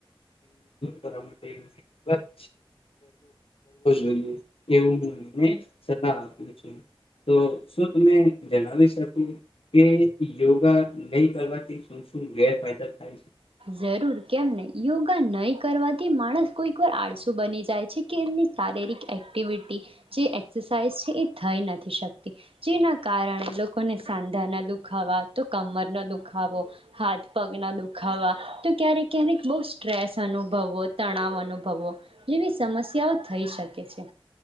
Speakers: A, on the left; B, on the right.
A: કરવા માટે જોઈએ એવું એમને સલાહ આપું છું તો શું તમે જણાવી શકો કે યોગા નહી કરવાથી શું શું વ્ય <unintelligible>
B: જરૂર કેમને યોગા નહીં કરવાથી માણસ કોઈક વાર આળસુ બની જાય છે કે એમની શારીરિક એક્ટિવિટી જે એક્સરસાઇઝ છે એ થઈ નથી શકતી જેના કારણે લોકોને સાંધાના દુખાવા, તો કમરનો દુખાવો, હાથ પગના દુખાવા તો ક્યારેક ક્યારેક બહુ સ્ટ્રેસ અનુભવો, તણાવ અનુભવો, જેવી સમસ્યાઓ થઈ શકે છે,